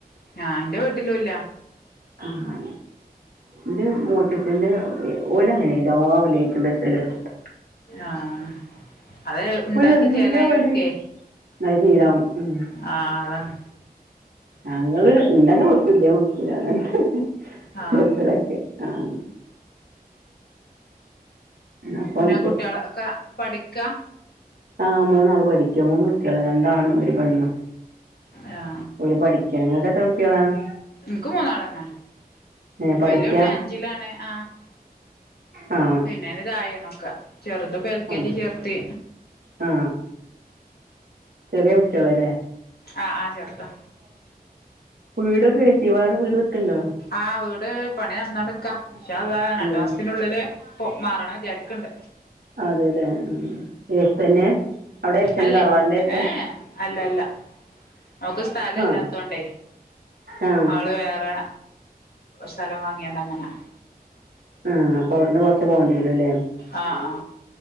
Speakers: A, on the left; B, on the right.
A: ആഹ് എന്റെ വീട്ടിലുവില്ല
B: ആ എന്ത് മൂത്തച്ചന്റെ ഓല് അങ്ങനെയെല്ലാ വെള്ളിയാഴ്ചയും ബസ്സേൽ എടുത്തിട്ട്
A: ആഹ് അത് ഉണ്ടാക്കി
B: ഓലെല്ലാം
A: ചേലായോൾക്കേ
B: ഇവിടേം അത് ശീലാവും. ഉം.
A: ആഹ് അതാണ്
B: ഞങ്ങള് ഇണ്ടെങ്കി വെക്കും ഇല്ലെങ്കി വെക്കൂല അങ്ങനെ
A: ആ
B: <unintelligible> ആഹ് അപ്പം
A: പിന്നെ കുട്ടികളൊക്കെ പഠിക്കാ
B: ആഹ് മൂന്നാള് പഠിക്കാ മൂന്ന് കുട്ടിയോളാ രണ്ടാണും ഒരു പെണ്ണും
A: ആ
B: ഇവടെ പഠിക്കാണ് നിങ്ങക്ക് എത്ര കുട്ടികളാണ്
A: എനക്കും മൂന്നാളന്നെ
B: ഏ പഠിക്കാ?
A: വലിയ കുട്ടി അഞ്ചിലാണ് ആഹ്
B: ആ
A: പിന്നെയിന് തായെയാണൊക്കെ ചെറുതിപ്പം എൽ കെ
B: അത്.
A: ജി ചേർത്ത്
B: ആ ചെറിയ കുട്ടികളാല്ലേ
A: ആഹ് ആഹ് ചെറുതാ
B: വീടൊക്കെ വെച്ച് വേറെ വീട് വെക്ക്ണ്ടോ?
A: ആ വീട് വീട് പണി നടന്നുകോണ്ട്ക്കാ ഇന്ഷാ അള്ളാ അത് രണ്ട്
B: ഉം.
A: മാസത്തിനുള്ളില് മാറണം വിചാരിക്കണ്ട്
B: അതേല്ലേ ഉം. എടുത്തുതന്നെ അവിടെ അടുത്തുതന്നെ
A: അല്ലേ
B: തറവാടിൻ്റെ അടുത്ത്
A: ഏ അല്ല അല്ല നമുക്ക് സ്ഥലം
B: ആ
A: ഇല്ലാത്തോണ്ടേ
B: ആ
A: അവള് വേറെ സ്ഥലം വാങ്ങിയോണ്ട് അങ്ങനെ
B: ആ അപ്പൊ അവിടുന്ന് കൊറച്ച് പോവേണ്ടി വരുംല്ലേ
A: ആ ആ